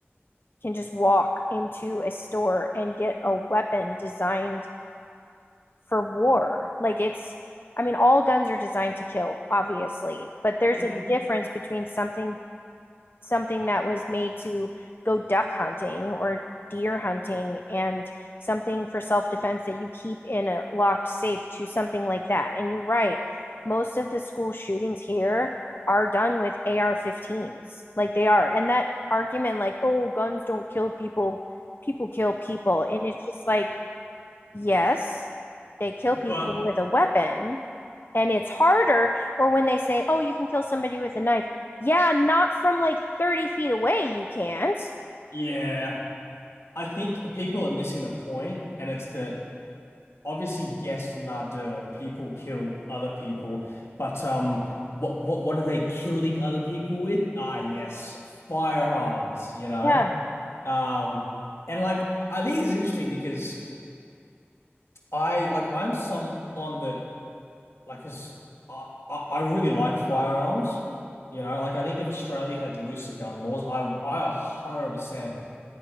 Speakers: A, on the left; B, on the left.
A: can just walk into a store and get a weapon designed for war. Like it's, I mean, all guns are designed to kill, obviously, but there's
B: <laughs> hmm
A: a difference between something something that was made to go duck hunting or deer hunting and something for self-defense that you keep in a locked safe to something like that. And you're right, most of the school shootings here are done with AR-15s. Like they are. And that argument like, "Oh, guns don't kill people, people kill people." And it's just like Yes, they kill
B: But
A: people with a weapon, and it's harder. Or when they say, oh, you can kill somebody with a knife. Yeah, not from like 30 feet away, you can't.
B: Yeah. I think people are missing the point, and it's that obviously, yes, nada, people kill other people, but um, what what what are they killing other people with? Ah, yes, firearms, you know.
A: Yeah,
B: Um, and like I think it's interesting because I like I'm someone that like is I I, I really like firearms, you know. Like I think if Australia had looser gun laws, I I 100%